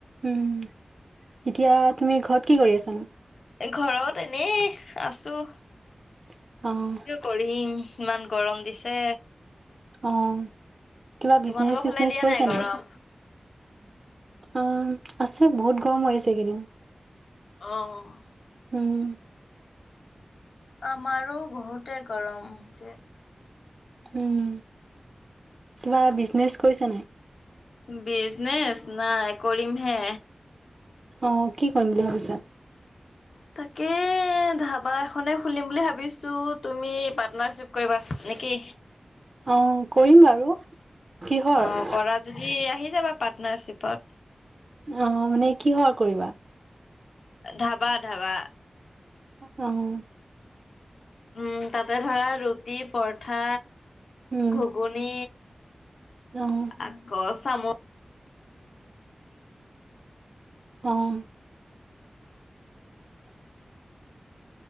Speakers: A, on the right; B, on the left.
A: উম, এতিয়া তুমি ঘৰত কি কৰি আছানো।
B: ঘৰত এনেই আছোঁ।
A: অ'।
B: কৰিম ইমান গৰম দিছে।
A: অ' কিবা
B: তোমালোকৰ
A: বিজনেচ চিজনেচ
B: ফালে দিয়া
A: কৰিছা
B: গৰম
A: নাই? অ' আছে বহুত গৰম হৈ আছে এইকেইদিন।
B: অ'।
A: উম।
B: আমাৰো বহুতে গৰম তেজ
A: উম, কিবা বিজনেচ কৰিছা নাই?
B: বিজনেচ নাই কৰিম হে।
A: অ' কি কৰিম বুলি ভাবিছা?
B: তাকে ধাবা এখনেই খুলিম বুলি ভাবিছোঁ তুমি পাৰ্টনাৰশ্বিপ কৰিবা নেকি?
A: অ' কৰিম বাৰু, কিহৰ?
B: অ কৰা যদি আহি যাবা পাৰ্টনাৰশ্বিপত।
A: অ' মানে কিহৰ কৰিবা।
B: ধাবা ধাবা।
A: অ'।
B: উম, তাতে ধৰা ৰুটি, পৰঠা,
A: উম
B: ঘুগুনি।
A: অ'।
B: আক চাম
A: অঁ